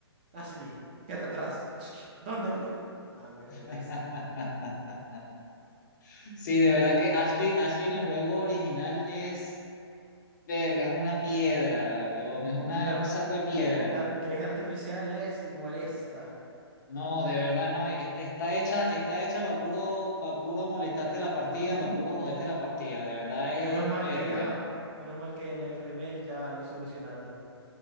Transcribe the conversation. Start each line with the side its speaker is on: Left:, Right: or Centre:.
Right: Ashley, quédate atrás. <tsk> ¿Dónde? Puf. Ah, miércoles.
Left: <laughs> Sí, de verdad que Ashley, Ashley en el juego original es, verga, es una piedra, huevón, es una,
Right: La,
Left: es un saco de piedra.
Right: la inteligencia artificial es molesta.
Left: No, de verdad no, está, está hecha, está hecha para puro, para puro molestarte la
Right: Ujú.
Left: partida, para puro joderte la partida, de verdad es
Right: Menos mal
Left: verga.
Right: que ya, menos mal que en el remake ya lo solucionaron.